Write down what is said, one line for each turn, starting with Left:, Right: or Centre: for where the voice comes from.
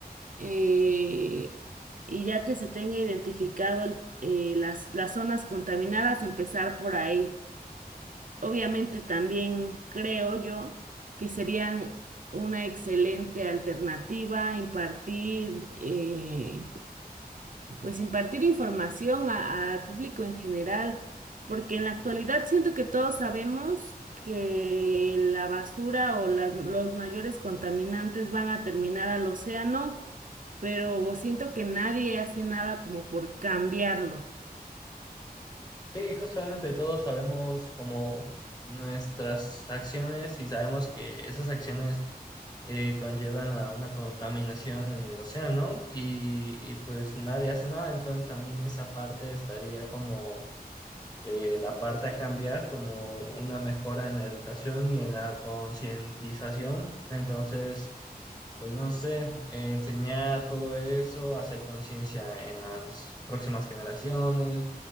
Right: eh, y ya que se tenga identificado el- eh, las, las zonas contaminadas, empezar por ahí. Obviamente también creo yo que serían una excelente alternativa impartir eh, pues impartir información a- al público en general, porque en la actualidad siento que todos sabemos que la basura o las, los mayores contaminantes van a terminar al océano, pero siento que nadie hace nada como por cambiarlo.
Left: Sí, justamente todos sabemos como nuestras acciones y sabemos que esas acciones eh, conllevan a una contaminación en el océano y, y pues nadie hace nada, entonces también esa parte estaría como eh, la parte a cambiar, como una mejora en la educación y en la concientización, entonces pues no sé, eh, enseñar todo eso, hacer conciencia en las próximas generaciones